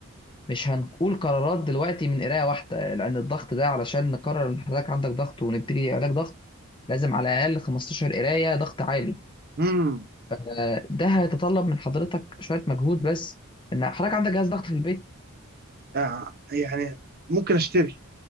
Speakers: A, on the left; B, on the right.
A: مش هنقول قرارات دلوقتي من قرايه واحده لان الضغط ده علشان نقرر ان حضرتك عندك ضغط ونبتدي علاج ضغط لازم على الاقل 15 قرايه ضغط عالي
B: امم
A: آه، ده هيتطلب من حضرتك شويه مجهود بس ان حضرتك عندك جهاز ضغط في البيت
B: آه يعني ممكن اشتري